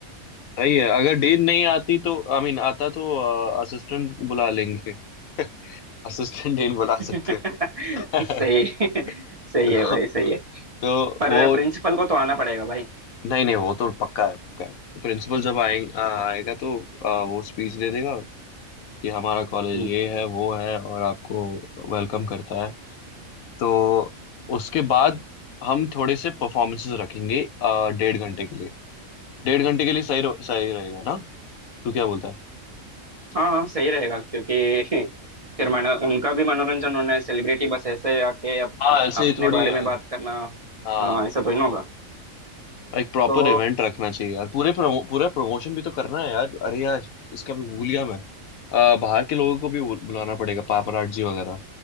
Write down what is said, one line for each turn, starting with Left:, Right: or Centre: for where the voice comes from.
Left: सही है अगर डेन नहीं आती तो आई मीन आता तो असिस्टेंट बुला लेंगे <laughs> असिस्टेंट डेन बुला
Right: <laughs>
Left: सकते हैं
Right: सही
Left: <laughs>
Right: सही
Left: तो,
Right: है भाई सही है
Left: तो
Right: पर
Left: वो
Right: प्रिंसिपल को तो आना पड़ेगा भाई
Left: नहीं नहीं वो तो पक्का है पक्का है प्रिंसिपल जब आए, आ, आएगा तो आ, वो स्पीच दे देगा कि हमारा कॉलेज
Right: हम्म,
Left: ये है वो है और आपको वेलकम करता है तो उसके बाद हम थोड़े से परफॉर्मेंसेस रखेंगे आ, डेढ़ घंटे के लिए डेढ़ घंटे के लिए सही रहो- सही रहेगा ना तू क्या बोलता है
Right: हाँ हाँ सही रहेगा क्योंकि <laughs> फिर मनो उनका भी मनोरंजन होना है सेलिब्रिटी बस ऐसे आके अप,
Left: हाँ
Right: अप,
Left: ऐसे
Right: अपने
Left: ही थोड़ी
Right: बारे
Left: है
Right: में बात करना
Left: हाँ
Right: हाँ, ऐसा तो ही ना होगा
Left: एक प्रॉपर
Right: तो
Left: इवेंट रखना चाहिए यार पूरे promo- पूरा प्रमोशन भी तो करना है यार अरे यार इसका भी भूल गया मैं अ, बाहर के लोगों को भी बुल- बुलाना पड़ेगा पापराजी वगैरह